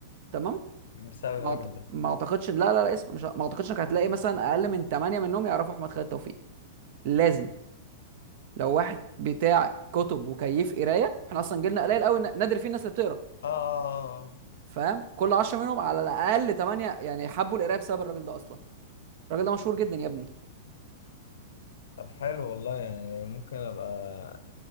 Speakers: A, on the right (about 55°); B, on the left (about 85°).
A: تمام
B: بسبب الراجل
A: ما أعت-
B: ده
A: ما اعتقدش لا لا لا اسم مش ما اعتقدش انك هتلاقي مثلا اقل من 8 منهم يعرفوا احمد خالد توفيق لازم لو واحد بتاع كتب وكيف قرايه احنا اصلا جيلنا قليل قوي نادر فيه الناس اللي بتقرا
B: اه آه، آه.
A: فاهم كل 10 منهم على الاقل 8 يعني حبوا القرايه بسبب الراجل ده اصلا الراجل ده مشهور جدا يا ابني
B: طب حلو والله يعني ممكن ابقى